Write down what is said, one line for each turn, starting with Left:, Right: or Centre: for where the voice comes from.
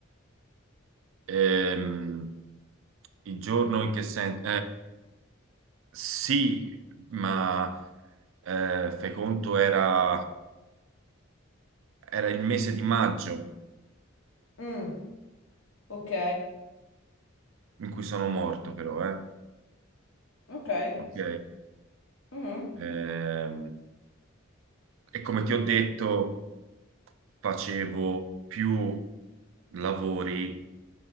Right: Ehm, il giorno in che senso? sì, ma eh, fai conto era, era il mese di maggio
Left: Mm, ok,
Right: in cui sono morto, però, eh?
Left: ok.
Right: Ok.
Left: Mhm,
Right: Ehm, e come ti ho detto. facevo più lavori